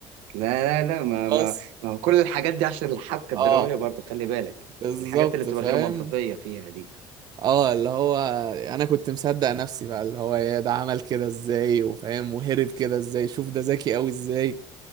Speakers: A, on the right; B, on the right.
A: لا لا لا ما
B: <laughs>
A: ما
B: بس
A: ما هو كل الحاجات دي عشان الحبكة الدرامية
B: اه
A: برضو خلي بالك
B: بالظبط
A: الحاجات اللي بتبقى
B: فاهم
A: غير منطقية فيها دي
B: اه اللي هو انا كنت مصدق نفسي بقى اللي هو يا ده عمل كده ازاي وفاهم وهرب كده ازاي شوف ده ذكي قوي ازاي